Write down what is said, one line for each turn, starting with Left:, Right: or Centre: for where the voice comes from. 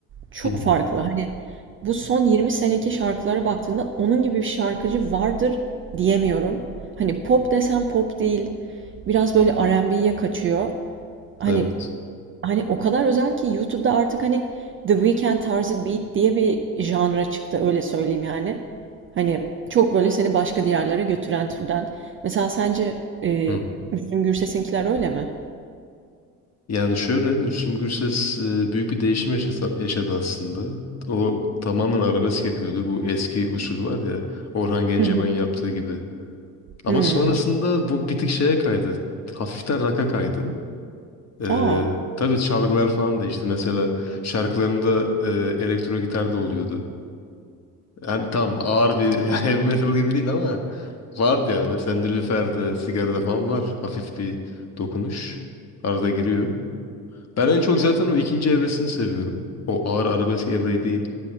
Right: çok
Left: Hı hı.
Right: farklı. Hani bu son 20 seneki şarkılara baktığında onun gibi bir şarkıcı vardır diyemiyorum. Hani pop desem pop değil. Biraz böyle R&B'ye kaçıyor. Hani
Left: Evet.
Right: Hani o kadar özel ki YouTube'da artık hani The Weeknd tarzı beat diye bir janra çıktı öyle söyleyeyim yani. Hani çok böyle seni başka diyarlara götüren türden. Mesela sence e,
Left: Hı
Right: Müslüm Gürses'inkiler öyle mi?
Left: Yani şöyle Müslüm Gürses e, büyük bir değişim yaşasa- yaşadı aslında. O tamamen arabesk yapıyordu. Bu eski usul var ya Orhan Gencebay'ın
Right: Hı hı.
Left: yaptığı gibi. Ama
Right: Hmm.
Left: sonrasında bu bir tık şeye kaydı. Hafiften rock'a kaydı. Ee,
Right: Aa.
Left: tabii çalgılar falan değişti. Mesela şarkılarında e, elektro gitar da oluyordu. Yani tam ağır bir <laughs> heavy metal gibi değil ama vardı yani. Mesela Nilüfer'de, Sigara'da falan var. Hafif bir dokunuş. Arada giriyor. Ben en çok zaten o ikinci evresini seviyorum. O ağır arabesk evreyi değil.